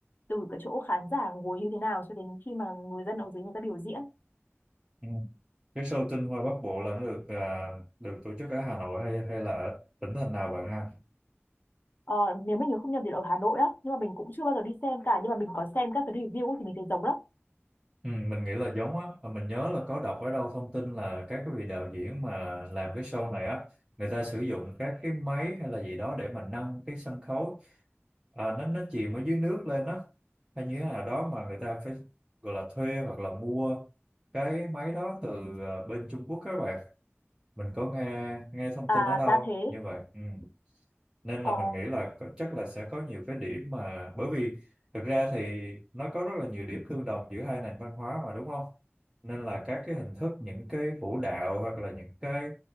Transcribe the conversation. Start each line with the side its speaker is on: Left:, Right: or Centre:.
Left: từ cái chỗ khán giả ngồi như thế nào cho đến khi mà người dân ở dưới người ta biểu diễn
Right: Ừ. Cái show tinh hoa Bắc Bộ là nó được à, được tổ chức ở Hà Nội hay hay là ở tỉnh thành nào bạn ha?
Left: Ờ, nếu mình nhớ không nhầm thì là ở Hà Nội á nhưng mà mình cũng chưa bao giờ đi xem cả nhưng mà mình có xem các cái review ấy thì mình thấy giống lắm
Right: Ừ, mình nghĩ là giống á, mà mình nhớ là có đọc ở đâu thông tin là các cái vị đạo diễn mà làm cái show này á, người ta sử dụng các cái máy hay là gì đó để mà nâng cái sân khấu, à, nó nó chìm ở dưới nước lên á, hay như thế nào đó mà người ta phải gọi là thuê hoặc là mua cái máy đó từ à, bên Trung Quốc các bạn. Mình có nghe nghe thông
Left: à
Right: tin ở đâu
Left: ra thế
Right: như vậy. Ừ. nên
Left: ờ,
Right: là mình nghĩ là có, chắc là sẽ có nhiều cái điểm mà bởi vì thực ra thì nó có rất là nhiều điểm tương đồng giữa hai nền văn hóa mà đúng không nên là các cái hình thức những cái vũ đạo hoặc là những cái